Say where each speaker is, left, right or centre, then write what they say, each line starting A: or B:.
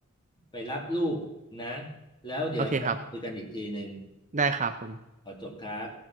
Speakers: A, on the left; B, on the right.
A: ไปรับลูกนะแล้วเดี๋ยวก็มาคุยกันอีกทีหนึ่ง
B: โอเคครับได้ครับผม
A: ขอจบครับ